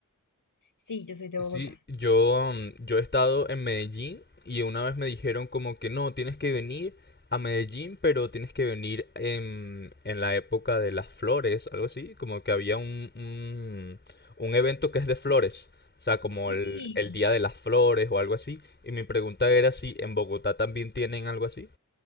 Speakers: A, on the left; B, on the left.
A: Sí, yo soy de
B: Sí,
A: Bogotá.
B: yo, mm, yo he estado en Medellín y una vez me dijeron como que no, tienes que venir a Medellín, pero tienes que venir en, en la época de las flores, algo así, como que había un, un, un evento que es de flores, o sea, como
A: Sí.
B: el, el Día de las Flores o algo así, y mi pregunta era si en Bogotá también tienen algo así.